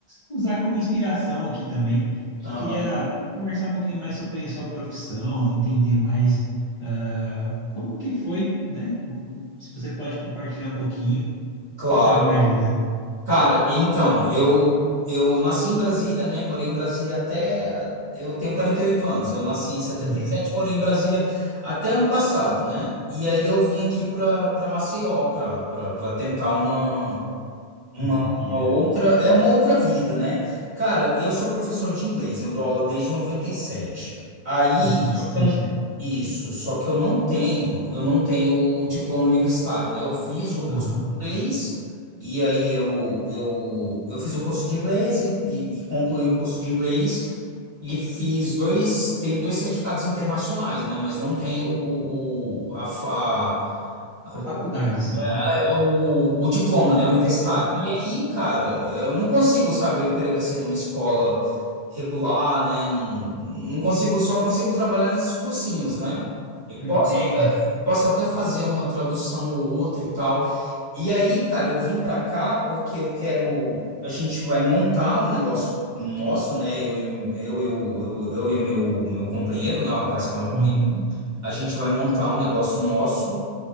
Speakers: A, on the left (about 40°); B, on the right (about 45°).
A: usar como inspiração aqui também.
B: aham,
A: Queria conversar um pouquinho mais sobre a sua profissão, entender mais ah, como que foi, né? Como- se você pode compartilhar um pouquinho,
B: Claro.
A: quem sabe me ajuda.
B: Cara, então, eu eu nasci em Brasília, né? Morei em Brasília até eu tenho 48 anos. Eu nasci em setenta
A: Uhum.
B: e sete morei em Brasília até ano passado, né? E aí eu vim aqui para para Maceió para para tentar uma Uma,
A: Nova vida.
B: uma outra, é uma outra vida, né? Cara, eu sou professor de inglês, eu dou aula desde 97. Aí,
A: Oh, bastante
B: só que eu-
A: tempo.
B: isso, só que eu não tenho, eu não tenho diploma universitário, né? Eu fiz o curso
A: Aham.
B: de inglês, e aí eu, eu, eu fiz o curso de inglês e, e, e concluí o curso de inglês, e fiz dois, tenho dois certificados internacionais, né? Mas não tenho o, o, a, fa- o,
A: A faculdade, sim,
B: é,
A: né?
B: é, o, o diploma, né, universitário.
A: Uhum.
B: E aí, cara, eu não consigo, sabe, eu emprego assim numa escola regular, né? Não, não consigo, só consigo trabalhar nesses cursinhos, né? Eu
A: Entendo.
B: posso até, posso até fazer uma tradução ou outra e tal. E aí, cara, eu vim pra cá porque eu quero. A gente vai montar um negócio nosso, né? Eu, e- eu, eu, eu, eu e o meu, meu companheiro, né? O rapaz que mora
A: Aham.
B: comigo. A gente vai montar um negócio nosso